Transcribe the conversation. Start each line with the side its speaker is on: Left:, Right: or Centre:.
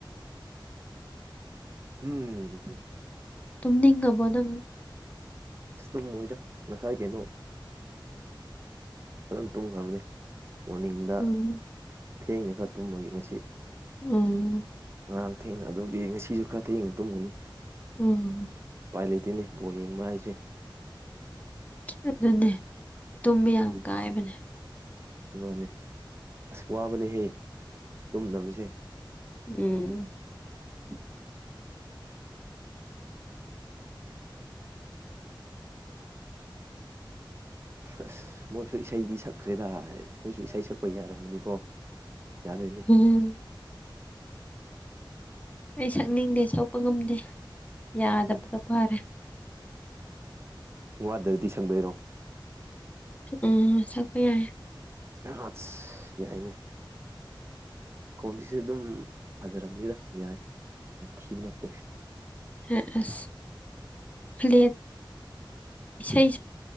Right: ꯎꯝ
Left: ꯇꯨꯝꯅꯤꯡꯉꯕꯣ ꯅꯪ
Right: ꯑꯁ ꯇꯨꯝꯃꯣꯏꯗ ꯉꯁꯥꯏ ꯀꯩꯅꯣ ꯐꯖꯅ ꯇꯨꯝꯈ꯭ꯔꯕꯅꯤ ꯃꯣꯔꯅꯤꯡꯗ
Left: ꯎꯝ
Right: ꯊꯦꯡꯅ ꯈꯔ ꯇꯨꯝꯕꯒꯤ ꯉꯁꯤ
Left: ꯎꯝ
Right: ꯉꯔꯥꯡ ꯊꯦꯡꯅ ꯑꯗꯨꯒꯤ ꯉꯁꯤꯁꯨ ꯈꯔ ꯊꯦꯡꯅ ꯇꯨꯝꯒꯅꯤ
Left: ꯎꯝ
Right: ꯎꯄꯥꯢ ꯂꯩꯇꯦꯅꯦ ꯕꯣꯜ ꯌꯦꯡꯕ ꯍꯥꯏꯁꯦ
Left: ꯑꯗꯨꯅꯦ ꯇꯨꯝꯕ ꯌꯥꯝ ꯀꯥꯏꯕꯅꯦ
Right: ꯃꯥꯅꯦ ꯑꯁ ꯋꯥꯕꯅꯦꯍꯦ ꯇꯨꯝꯗꯕꯁꯦ
Left: ꯎꯝ
Right: <unintelligible> ꯑꯁ ꯃꯣꯏꯁꯨ ꯏꯁꯩꯗꯤ ꯁꯛꯈ꯭ꯔꯦꯗ ꯑꯩꯈꯣꯢꯁꯨ ꯏꯁꯩ ꯁꯛꯄ ꯌꯥꯔꯝꯃꯗꯤꯀꯣ ꯌꯥꯔ ꯏꯅꯤ
Left: ꯎꯝ
Right: <inaudible>
Left: ꯑꯩ ꯁꯛꯅꯤꯡꯗꯦ ꯁꯣꯛꯄ ꯉꯝꯗꯦ ꯌꯥꯗꯕꯗꯣ <inaudible> ꯐꯔꯦ
Right: ꯋꯥꯗꯔꯗꯤ ꯁꯪꯗꯣꯏꯔꯣ
Left: ꯎꯝ ꯁꯛꯄ ꯌꯥꯏ
Right: ꯑꯠ ꯌꯥꯏꯅꯦ ꯈꯣꯟꯁꯤꯁꯨ ꯑꯗꯨꯝ ꯐꯖꯔꯝꯅꯤꯗ ꯌꯥꯏ ꯌꯥꯝ ꯊꯤꯕ ꯅꯠꯇꯦ
Left: ꯑ ꯑꯁ <inaudible> ꯂꯦꯠ ꯏꯁꯩ